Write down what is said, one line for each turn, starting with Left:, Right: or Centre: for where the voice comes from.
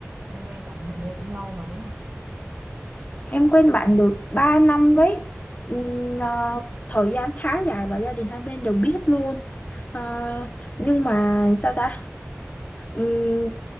Right: em quen bạn hình như cũng lâu mà đúng không
Left: em quen bạn được 3 năm đấy Ừm, ờ, thời gian khá dài và gia đình hai bên đều biết luôn Ờ, nhưng mà sao ta Ừm,